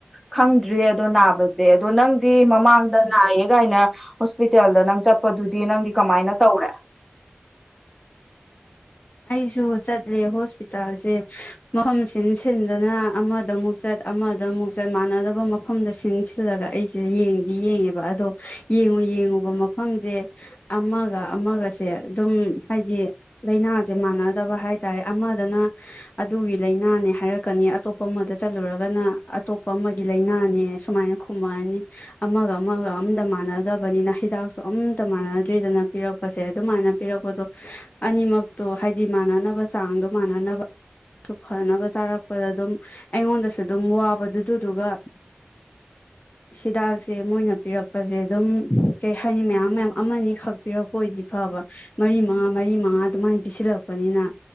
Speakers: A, in the centre; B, on the left (about 40°).
A: ꯈꯪꯗ꯭ꯔꯤ ꯑꯗꯣ ꯅꯥꯕꯁꯦ ꯑꯗꯨ ꯅꯪꯗꯤ ꯃꯃꯥꯡꯗ ꯅꯥꯏꯌꯦ ꯀꯥꯏꯅ ꯍꯣꯁꯄꯤꯇꯥꯜꯗ ꯅꯪ ꯆꯠꯄꯗꯨꯗꯤ ꯅꯪꯗꯤ ꯀꯃꯥꯏꯅ ꯇꯧꯔꯦ
B: ꯑꯩꯁꯨ ꯆꯠꯂꯦ ꯍꯣꯁꯄꯤꯇꯥꯜꯁꯦ ꯃꯐꯝ ꯁꯤ ꯁꯤꯟꯗꯅ ꯑꯃꯗ ꯑꯃꯨꯛ ꯆꯠ ꯑꯃꯗꯃꯨꯛ ꯆꯠ ꯃꯥꯟꯅꯗꯕ ꯃꯐꯝꯗ ꯁꯤꯟ ꯁꯤꯜꯂꯒ ꯑꯩꯁꯦ ꯌꯦꯡꯗꯤ ꯌꯦꯡꯉꯦꯕ ꯑꯗꯣ ꯌꯦꯡꯉꯨ ꯌꯦꯡꯉꯨꯕ ꯃꯐꯝꯁꯦ ꯑꯃꯒ ꯑꯃꯒꯁꯦ ꯑꯗꯨꯝ ꯍꯥꯏꯗꯤ ꯂꯥꯏꯅꯥ ꯁꯦ ꯃꯥꯟꯅꯗꯕ ꯍꯥꯏꯇꯥꯔꯦ ꯑꯃꯗꯅ ꯑꯗꯨꯒꯤ ꯂꯥꯏꯅꯥꯅꯦ ꯍꯥꯏꯔꯛꯀꯅꯤ ꯑꯇꯣꯞꯄ ꯑꯃꯗ ꯆꯠꯂꯨꯔꯒꯅ ꯑꯇꯣꯞꯄ ꯑꯃꯒꯤ ꯂꯩꯅꯥꯅꯦ ꯁꯨꯃꯥꯏꯅ ꯈꯨꯝꯃꯛꯑꯅꯤ ꯑꯃꯒ ꯑꯃꯒ ꯑꯃꯝꯇ ꯃꯥꯟꯅꯗꯕꯅꯤꯅ ꯍꯤꯗꯥꯛꯁꯨ ꯑꯃꯝꯇ ꯃꯥꯟꯅꯗ꯭ꯔꯤꯗꯅ ꯄꯤꯔꯛꯄꯁꯦ ꯑꯗꯨꯃꯥꯏꯅ ꯄꯤꯔꯛꯄꯗꯣ ꯑꯅꯤꯃꯛ ꯇꯣ ꯍꯥꯏꯗꯤ ꯃꯥꯟꯅꯅꯕ ꯆꯥꯡꯗꯣ ꯃꯥꯟꯅꯅꯕꯁꯨ ꯐꯅꯕ ꯆꯥꯔꯛꯄꯗ ꯑꯗꯨꯝ ꯑꯩꯉꯣꯟꯗꯁꯨ ꯑꯗꯨꯝ ꯋꯥꯕꯗꯨꯗꯨꯗꯨꯒ ꯍꯤꯗꯥꯛꯁꯦ ꯃꯣꯏꯅ ꯄꯤꯔꯛꯄꯁꯦ ꯑꯗꯨꯝ ꯀꯩ ꯍꯥꯏꯅꯤ ꯃꯌꯥꯝ ꯃꯌꯥꯝ ꯑꯃꯅꯤꯈꯛ ꯄꯤꯔꯛꯄ ꯑꯣꯏꯗꯤ ꯐꯕ ꯃꯔꯤ ꯃꯉꯥ ꯃꯔꯤ ꯃꯉꯥ ꯑꯗꯨꯃꯥꯏꯅ ꯄꯤꯁꯤꯜꯂꯛꯄꯅꯤꯅ